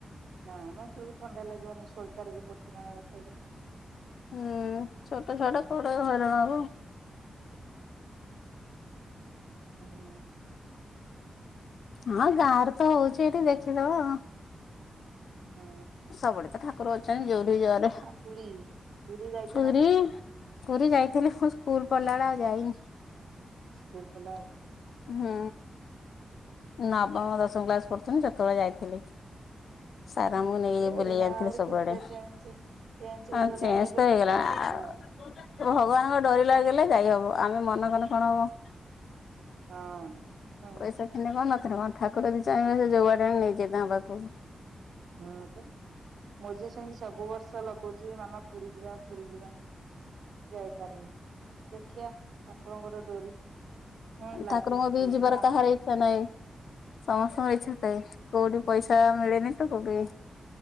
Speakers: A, on the right; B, on the left.
A: ନା ମ ହେତେବେଳୁକୁ ଥଣ୍ଡା ଲାଗିବନି ସୋଳ ତାରିଖ ପଡୁଛି ନା କଣ ରଥଯାତ୍ରା?
B: ହୁଁ ଛୋଟ ଛୁଆଟା କୁଆଡ଼େ ହଇରାଣ ହବ।
A: ହ ହୁଁ।
B: ହଁ ଗାଁରେ ତ ହୋଉଛି ଏଠି ଦେଖିଦବ।
A: ହଁ।
B: ସବୁଡେ ତ ଠାକୁର ଅଛନ୍ତି ଯୋଉଠି ଯୁଆଡେ।
A: ପୁରୀ ପୁରୀ ଯାଇଛ
B: ପୁରୀ
A: ନା ତମେ?
B: ଯାଇଥିଲି ମୁଁ ସ୍କୁଲ ପଡିଲା ବେଳେ ଆଉ ଯାଇନି।
A: ସ୍କୁଲ ପଡ଼ିଲା ବେଳେ।
B: ହୁଁ ନବମ ଦଶମ କ୍ଲାସ ପଢୁଥିଲି ସେତେବେଳେ ଯାଇଥିଲି। ସାର
A: କେତେବେଳେ
B: ଆମକୁ ନେଇ ବୁଲେଇ
A: ଏଇନା
B: ଆଣିଥିଲେ
A: ଆହୁରି
B: ସବୁଆଡେ।
A: କେତେ ଚେଞ୍ଜ ଚେଞ୍ଜ ହେଇଗଲାଣି
B: ଆ ଚେଙ୍ଗ
A: ଏବେ
B: ତ
A: କେତେ
B: ହୋଇଗଲା
A: ପୁରୀ
B: ଆ।
A: ଆଉ
B: ଓ ଭଗବାନଙ୍କ ଡୋରି ଲାଗିଲେ ଯାଇ ହବ ଆମେ ମନ କନେ କଣ ହବ?
A: ହଁ। ହୁଁ
B: ପଇସା ଥିନେ କଣ ନଥିନେ କଣ ଠାକୁର ଯଦି ଚାହିଁବେ ସେ ଯୋଉବାଟେ ହେନେ ନେଇଯିବେ ତାଙ୍କ ପାଖକୁ।
A: ହଁ ପା। ମୋ ଝିଅ ସେମିତି ସବୁ ବର୍ଷ ଲଗଉଛି ମାମା ପୁରୀ ଯିବା ପୁରୀ ଯିବା। ଯାଇପାରୁନି ଦେଖିଆ ଠାକୁରଙ୍କର ଡୋରି। ହୁଁ ଲାଗୁଛି
B: ଠାକୁରଙ୍କ ବି
A: କୋଉଦିନ
B: ଯିବାର କାହାର ଇଚ୍ଛା ନାହିଁ ସମସ୍ତଙ୍କର ଇଛା ଥାଏ। କୋଉଠି ପଇସା ମିଳେନି ତ କୋଉଠି।